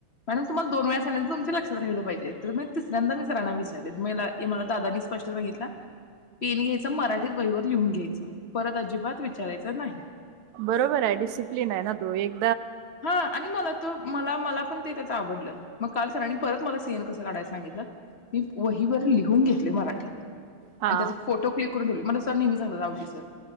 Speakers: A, on the left (about 70°); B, on the right (about 75°).
A: मॅडम तुम्हाला दोनवेळा सांगीतल की तुमच्या लक्ष- तवर नेलं पाहिजे तर म तिसऱ्यांदा मी सरांना विचारले मला हे दादांनी स्पष्ट सांगितलं पेन घ्यायच मराठीच वहीवर लिहून घ्यायचं परत अजिबात विचाराचं नाही.
B: बरोबर आहे डिसिप्लिन आहे ना तो एक
A: हा आणि मला तो मला मला पण ते त्याच आवडलं मग काल सरांनी आणि परत मला सीएन कसं काढायला सांगितलं. मी वहीवर लि ऊन घेतल्या मराठीत
B: हा
A: आणि त्याचा फोटो क्लिक करून ठेवले मला नेहमी सांगतात सर